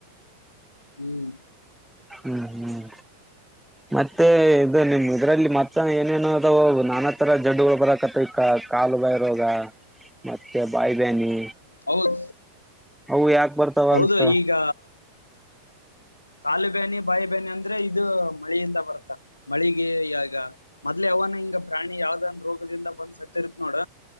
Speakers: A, on the left (about 80°); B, in the centre.
A: ಹ್ಮ್.
B: ಹ್ಮ್ ಹ್ಮ್. ಮತ್ತೆ ಇದು ನಿಮ್ ಇದ್ರಲ್ಲಿ ಮತ್ತ ಏನೇನು ಅದ ನಾನಾ ತರ ಜಡ್ಗಳು ಬರಕತ್ತ ಈಕ್ಕ. ಕಾಲು ಬೈರೋಗ ಮತ್ತೆ ಬಾಯಿಬಾನಿ.
A: ಹೌದ್
B: ಅವು ಯಾಕೆ ಬರ್ತಾವ
A: ಹೌದು
B: ಅಂತ.
A: ಈಗ ಕಾಲು ಬಾನಿ ಬಾಯಿ ಬೇಾನಿ ಅಂದ್ರೆ ಇದು ಮಳೆಯಿಂದ ಬರ್ತ್ತ. ಮಳಿಗೆಯಾಗ ಮೊ್ಲೆ ಅವನ ಹಿಂಗ ಪ್ರಾಣಿ ಯಾವ್ದನ್ ರೋಗದಿಂದ ಬಂದ ಸತ್ತರುತ್ ನೋಡ.